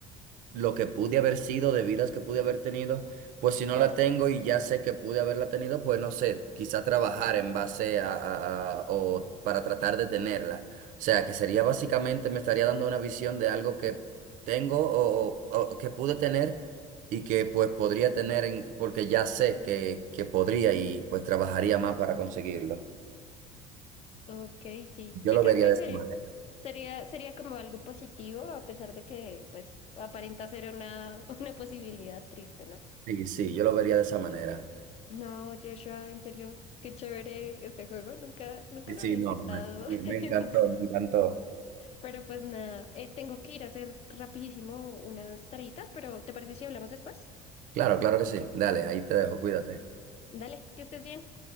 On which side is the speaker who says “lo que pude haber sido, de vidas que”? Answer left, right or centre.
Right